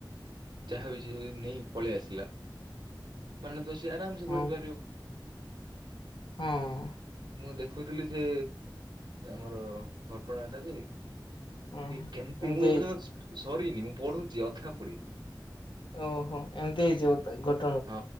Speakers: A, on the right; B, on the left.
A: ଯାହା ବି ସେ ନେଇ ପଳେଇ ଆସିଲା, ମାନେ ଦୋଷୀ ଆରାମ ସେ
B: ହଁ
A: କରିପାରିବ।
B: ହଁ।
A: ମୁଁ ଦେଖୁଥିଲି ସେ ଆମର ଘଟଣାଟା ଯେ
B: ହଁ
A: ସେ କେମତି?
B: ଏମିତି
A: ମୁଁ ଏବେ
B: ହେଇଛି
A: ଜଷ୍ଟ ସରିନି। ମୁଁ ପଢୁଛି। ଅଧା ପଢ଼ି
B: ଓହୋ, ଏମିତି ହେଇଯିବ, ଘ
A: ହଁ,